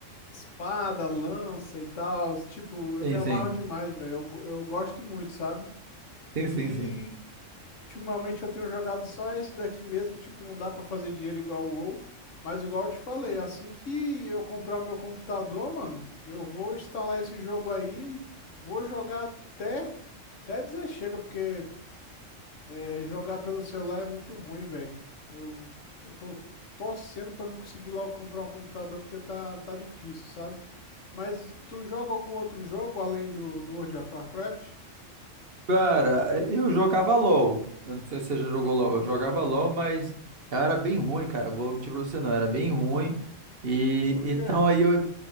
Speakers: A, on the left (about 70°); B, on the right (about 50°).
A: espada, lança e tal. Tipo, eu
B: Sim,
A: me amarro
B: sim.
A: demais, velho. Eu, go- eu gosto muito, sabe?
B: Sim,
A: E
B: sim, sim.
A: Ultimamente eu tenho jogado só esse daqui mesmo, tipo, não dá pra fazer dinheiro igual o WoW, mas igual eu te falei, assim que eu comprar meu computador, mano, eu vou instalar esse jogo aí e vou jogar até, até dizer chega, porque é, jogar pelo celular é muito ruim, velho. Eu tô, tô torcendo pra me conseguir logo comprar um computador, porque tá, tá difícil, sabe? Mas tu joga algum outro jogo além do, do World of Warcraft?
B: Cara, eu jogava LOL. Eu não sei se você já jogou LOL. Eu jogava LOL, mas eu era bem ruim, cara. Vou mentir pra você, não. Eu era bem ruim. E
A: Por
B: então
A: quê?
B: aí eu,